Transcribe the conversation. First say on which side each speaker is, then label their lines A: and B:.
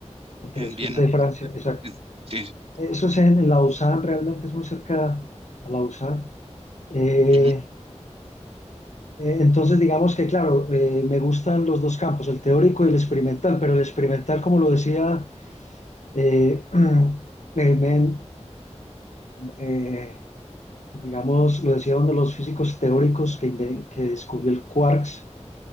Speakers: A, on the left; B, on the right.
A: entre
B: en
A: Suiza
B: Viena.
A: y Francia,
B: De-
A: exacto.
B: en- sí, sí.
A: Eso es en Lausanne, realmente es muy cerca a Lausanne. Eh,
B: Ujú,
A: eh, entonces, digamos que, claro, eh, me gustan los dos campos, el teórico y el experimental, pero el experimental, como lo decía, eh, <clears throat> eh, me- eh, digamos, lo decía uno de los físicos teóricos que, inve- que descubrió el quarks,